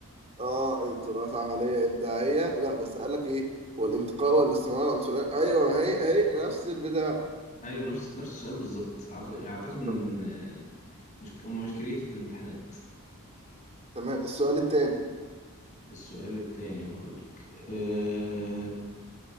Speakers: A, on the right (about 30°); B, on the left (about 35°).
A: اه التراث عملية إبداعية لا بس قال لك إيه والانتقاء والاستمرار العنصرية أيوه هي هي نفس البتاع
B: ايوه نفس نفس السؤال بالظبط أعت- اعتقد ان
A: تمام
B: آه، مش هم مش كريتيف في الامتحانات
A: تمام السؤال التاني
B: السؤال التاني هقولك أه...